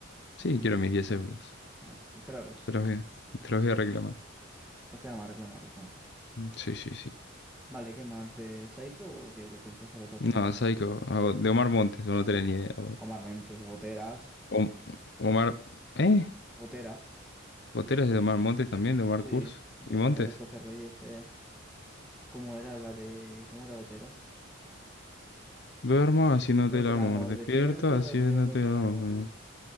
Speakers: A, on the left; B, in the centre.
A: Sí, quiero mis diez euros.
B: Ah, espéralos.
A: Te los voy a, te los voy a reclamar.
B: Reclama, reclama, reclama.
A: Mm, Sí, sí, sí.
B: Vale, ¿qué más? ¿De Psycho o qué? Ya te pasar a otro
A: No,
B: tema.
A: Psycho, o de Omar Montes, o no tenés ni idea. o-
B: Omar Mentes, Goteras.
A: Om- Omar, ¿eh?
B: Goteras.
A: Otero de Omar Montes también, de Omar
B: Sí,
A: Kurz
B: de,
A: y Montes.
B: también de JC Reyes. Eh. ¿Cómo era la de. ¿Cómo era Goteras?
A: Duermo haciéndote
B: Haciéndote
A: el amor,
B: el amor,
A: despierto
B: despierto,
A: haciéndote
B: haciéndote
A: el
B: el
A: amor.
B: amor.